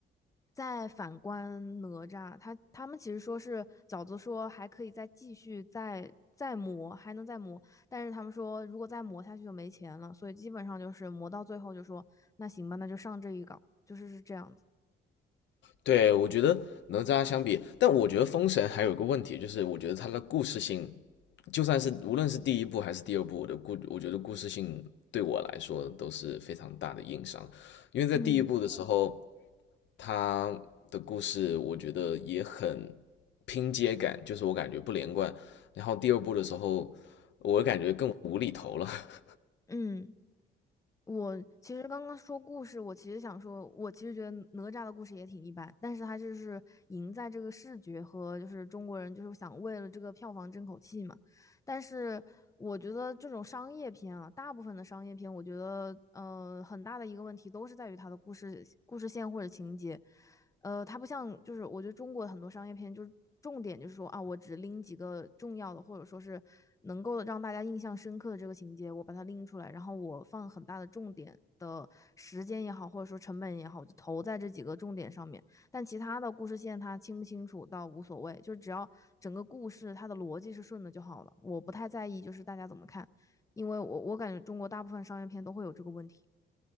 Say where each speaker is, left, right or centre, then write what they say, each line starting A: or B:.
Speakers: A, on the left (about 15°); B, on the left (about 65°).
A: 再反观哪吒，他他们其实说是饺子说还可以再继续再再磨，还能再磨，但是他们说如果再磨下去就没钱了，所以基本上就是磨到最后就说那行吧，那就上这一稿，就是是这样子。
B: 对，我觉得哪吒相比，但我觉得封神还有个问题，就是我觉得它的故事性，就算是无论是第一部还是第二部，我的故我觉得故事性对我来说都是非常大的硬伤，因为在第一部的时候，
A: 嗯
B: 它的故事我觉得也很拼接感，就是我感觉不连贯，然后第二部的时候，我感觉更无厘头了，<laughs>
A: 嗯。我其实刚刚说故事，我其实想说，我其实觉得哪吒的故事也挺一般，但是他就是赢在这个视觉和就是中国人就是想为了这个票房争口气嘛。但是我觉得这种商业片啊，大部分的商业片，我觉得呃很大的一个问题都是在于它的故事故事线或者情节。呃，它不像就是我觉得中国很多商业片就是重点就是说啊，我只拎几个重要的，或者说是能够让大家印象深刻的这个情节，我把它拎出来，然后我放很大的重点的时间也好，或者说成本也好，我就投在这几个重点上面。但其他的故事线它清不清楚倒无所谓，就是只要整个故事它的逻辑是顺的就好了。我不太在意就是大家怎么看，因为我我感觉中国大部分商业片都会有这个问题。